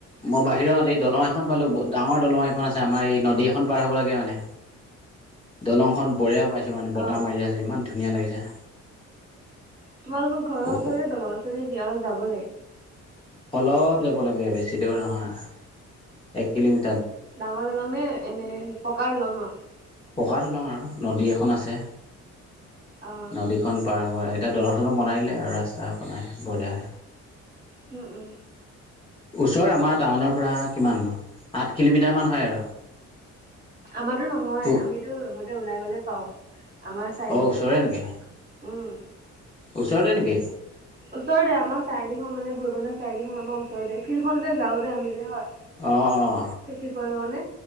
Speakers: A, on the left; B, on the right.
A: মই বাহিৰত এই দলং এখন পালোঁ, ব-ডাঙৰ দলং এখন আছ আমাৰ এই নদী এখন পাৰ হ'ব লাগে মানে, দলংখন বঢ়িয়া পাই মানে বতাহ
B: অ
A: মাৰি আছে ইমান ধুনীয়া লাগিছে।
B: তোমালোকৰ ঘৰৰ ওচৰতে
A: ওখ
B: দলং আছে নেকি? অলপ যাব লাগে।
A: অলপ যাব লাগে বেছি দূৰ নহয়, এক কিলোমি
B: ডাঙৰ দলংনে এনে পকা দলং ন?
A: পকা দলং আৰু নদী এখন আছে
B: অ
A: নদীখন পাৰ হৈ এতিয়া দলং, চলং বনাই দিলে আৰু ৰাস্তা বনাই বঢ়িয়া
B: হম, উম।
A: ওচৰৰ আমাৰ টাউনৰ পৰা কিমান আঠ কিলোমিটাৰ মান হয় আৰু
B: আমাতো নহয়
A: তো
B: আমিতো আগতে ওলাই গলে পাওঁ আমাৰ চাৰিআলিটো
A: অঁ ওচৰৰে নেকি
B: উম।
A: ওচৰতে নেকি
B: ওচৰতে আমাৰ চাৰিআলি মান ভৰিবন্ধৰ চাৰিআলিখন আমাৰ ওচৰতে ফিল্ডখনন যে যাওঁ যে আমি যে হয়
A: অ অ
B: প্ৰেক্টিছ কৰিবৰ কাৰণে